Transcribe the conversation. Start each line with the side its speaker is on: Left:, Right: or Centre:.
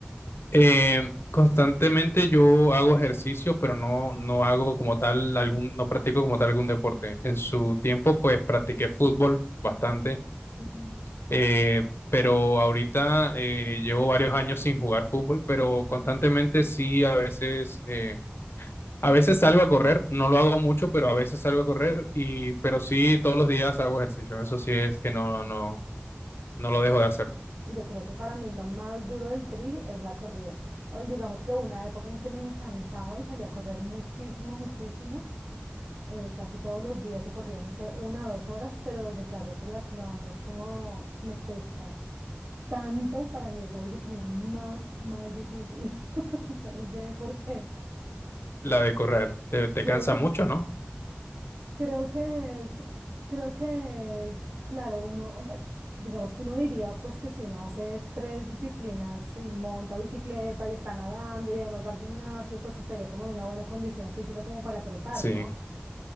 Left: Eh, constantemente yo hago ejercicio, pero no, no hago como tal algún, no practico como tal algún deporte. En su tiempo, pues practiqué fútbol bastante
Right: Ujú.
Left: Eh, pero ahorita eh, llevo varios años sin jugar fútbol, pero constantemente sí, a veces, eh, a veces salgo a correr, no lo hago mucho, pero a veces salgo a correr y, pero sí, todos los días hago ejercicio. Eso sí es que no, no, no lo dejo de hacer.
Right: Yo creo que para mí lo más duro del tri es la corrida. Eh, Digamos que hubo una época en que me encantaba y salía a correr muchísimo, muchísimo eh, casi todos los días y corría, no sé, una o dos horas, pero desde que hago triatlón es como me cuesta tanto, para mí es la disciplina más, más difícil. <laughs> Yo no sé por qué.
Left: La de correr, te, te
Right: Sí,
Left: cansa mucho, ¿no?
Right: creo que es, creo que es, claro, uno, hombre, digamos que uno diría pues que si uno hace tres disciplinas y monta bicicleta y está nadando y además va al gimnasio, pues estaría como en una buena condición física como para trotar,
Left: Sí,
Right: ¿no?